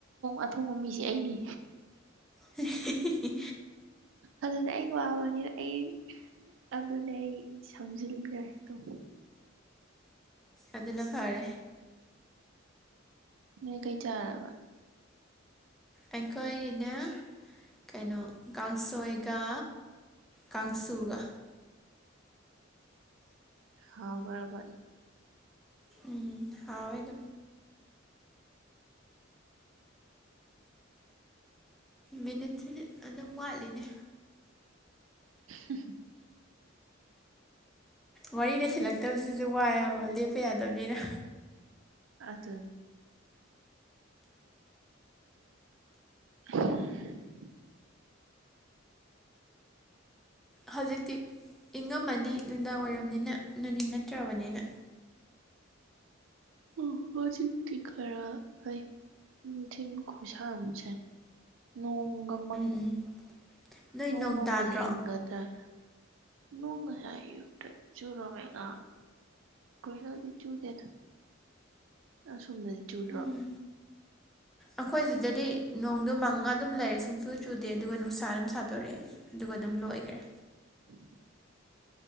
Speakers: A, on the right; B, in the centre.
A: ꯑꯊꯣꯡꯕ ꯃꯤꯁꯦ ꯑꯩꯅꯤ
B: ꯍꯤꯍꯤ
A: ꯑꯗꯨꯅ ꯑꯩ ꯋꯥꯕꯅꯤꯅ ꯑꯩ ꯑꯗꯨꯅꯦ ꯑꯩ ꯁꯝꯖꯤꯟꯈ꯭ꯔꯦ ꯑꯗꯨꯝ
B: ꯑꯗꯨꯅ ꯐꯔꯦ
A: ꯅꯣꯏ ꯀꯩ ꯆꯥꯔꯔꯕ
B: ꯑꯩꯈꯣꯏꯒꯤꯅ ꯀꯩꯅꯣ ꯀꯥꯡꯁꯣꯏꯒ ꯀꯥꯡꯁꯨꯒ
A: ꯍꯥꯎꯒꯔꯕ
B: ꯎꯝ ꯍꯥꯎꯏ ꯑꯗꯨ ꯃꯤꯅꯤꯠꯁꯤꯗꯤ ꯑꯗꯨꯝ ꯋꯥꯠꯂꯤꯅꯦ
A: <unintelligible>
B: ꯋꯥꯔꯤ ꯂꯩꯁꯤꯜꯂꯛꯇꯕꯁꯤꯁꯨ ꯋꯥꯌꯦꯕ ꯂꯦꯞꯄ ꯌꯥꯗꯕꯅꯤꯅ
A: ꯑꯗꯨ <inaudible>
B: ꯍꯧꯖꯤꯛꯇꯤ ꯏꯪꯉꯝꯃꯅꯤ ꯅꯨꯡꯗꯥꯡ ꯋꯥꯏꯔꯝꯅꯤꯅ ꯅꯨꯡꯊꯤꯜ ꯅꯠꯇ꯭ꯔꯕꯅꯤꯅ
A: ꯑꯣ ꯍꯧꯖꯤꯛꯇꯤ ꯈꯔ ꯐꯩ ꯅꯤꯡꯊꯤ ꯈꯨꯁꯥꯝꯁꯦ ꯅꯣꯡꯒꯃꯪ
B: ꯎꯝ ꯅꯣꯏ
A: ꯅꯣꯡ ꯃꯪꯗꯤ
B: ꯇꯥꯗ꯭ꯔꯣ
A: ꯏꯪꯒꯗ꯭ꯔꯥꯅ ꯅꯣꯡ ꯉꯥꯁꯥꯢ ꯑꯌꯨꯛꯇ ꯆꯨꯨꯔꯝꯃꯦꯒ ꯀꯨꯏꯅꯗꯤ ꯆꯨꯗꯦ ꯑꯁꯣꯝꯗꯗꯤ ꯆꯨꯗ꯭ꯔꯣ
B: ꯎꯝ ꯑꯩꯈꯣꯏ ꯁꯤꯗꯗꯤ ꯅꯣꯡꯗꯨ ꯃꯪꯉ ꯑꯗꯨꯝ ꯂꯩꯔꯦ ꯁꯨꯡꯆꯨ ꯆꯨꯗꯦ ꯑꯗꯨꯒ ꯅꯨꯡꯁꯥ ꯑꯗꯨꯝ ꯁꯥꯗꯣꯔꯛꯑꯦ ꯑꯗꯨꯒ ꯑꯗꯨꯝ ꯂꯣꯏꯈꯔꯦ
A: <inaudible>